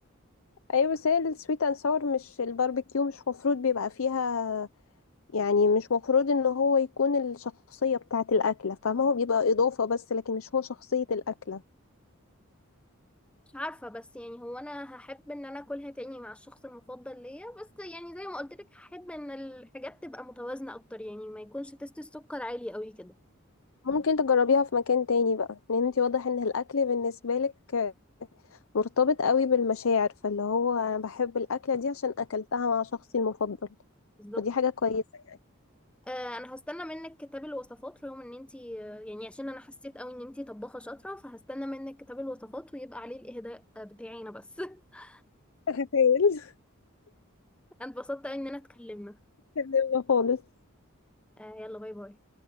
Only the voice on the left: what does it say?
ايوه بس هي السويت اند ساور مش الباربيكيو مش مفروض بيبقى فيها يعني مش مفروض ان هو يكون الشخصية بتاعة الأكلة فما هو بيبقى إضافة بس لكن مش هو شخصية الأكلة
ممكن تجربيها في مكان تاني بقى لان انتي واضح ان الأكل بالنسبة لك مرتبط قوي بالمشاعر فاللي هو انا بحب الأكلة دي عشان أكلتها مع شخصي المفضل
ودي حاجة كويسة
<laughs> هحاول
<laughs> أتجنبها خالص